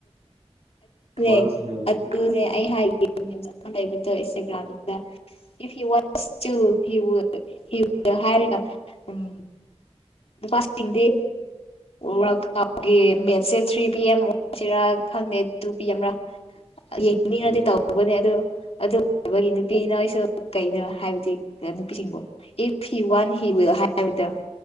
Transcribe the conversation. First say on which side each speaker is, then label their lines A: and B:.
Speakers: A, on the left (about 65°); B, on the right (about 70°).
A: ꯅꯦ
B: ꯋꯥꯟꯁ ꯎꯝ
A: ꯑꯗꯨꯅꯦ ꯑꯩ ꯍꯥꯏꯦ ꯕꯨꯠꯇ ꯏꯁꯇꯒ꯭ꯔꯝꯗ ꯏꯐ ꯌꯨ ꯋꯥꯁ ꯍ ꯍ ꯍꯔꯒ ꯎꯝ ꯄꯥꯁꯤꯡꯗꯤ ꯔꯥꯛꯒꯤ ꯃꯦꯠꯁꯦ ꯊ꯭ꯔꯤ ꯄꯤ ꯑꯦꯝ ꯑꯣꯏꯁꯤꯔ ꯈꯪꯗꯦ ꯇꯨ ꯄꯤ ꯑꯦꯝꯔ ꯌꯦꯡꯅꯤꯡꯉꯗꯤ
B: ꯎꯝ
A: ꯇꯧꯧꯕꯅꯦ ꯑꯗꯨ ꯑꯗꯨ ꯑꯣꯏꯕꯒꯤ ꯅꯨꯄꯤꯅ ꯑꯩꯣꯏꯁꯨ ꯀꯩꯅꯣ ꯍꯥꯏꯕꯗꯤ ꯅꯨꯄꯤꯁꯤꯡꯕꯨꯣ ꯏꯐ ꯍꯤ ꯋꯥꯟ ꯍꯤ ꯋꯤꯜ ꯍꯥꯏ ꯍꯥꯏꯕꯗ